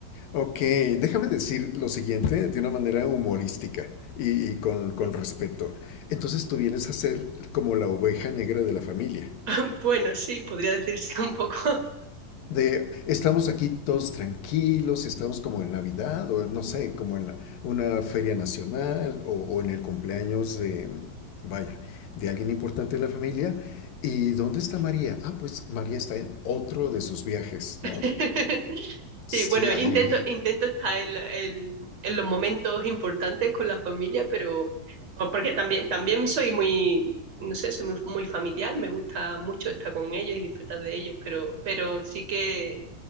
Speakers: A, on the left; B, on the right.
A: ok, déjame decir lo siguiente de una manera humorística y, y con, con
B: Sí.
A: respeto. Entonces tú vienes a ser como la oveja negra de la familia.
B: <laughs> Bueno, sí, podría decirse un poco.
A: de estamos aquí todos tranquilos, si estamos como en Navidad o no sé, como en la- una feria nacional o, o en el cumpleaños de, vaya, de alguien importante de la familia. ¿Y dónde está María? Ah, pues María está en otro de sus viajes,
B: <laughs>
A: ¿no? Sí,
B: Sí, bueno,
A: ay,
B: intento,
A: oye,
B: intento estar en, la- en- en los momentos importantes con la familia, pero porque también, también soy muy, no sé, soy muy, muy familiar, me gusta mucho estar con ellos y disfrutar de ellos, pero, pero sí que